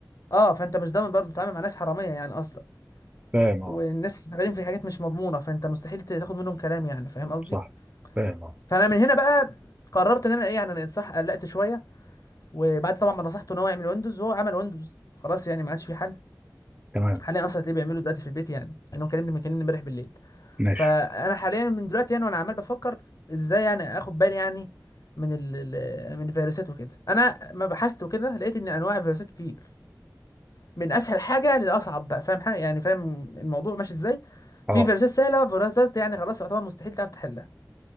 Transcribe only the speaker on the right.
فاهم اه
صح فاهم اه
تمام
ماشي
اه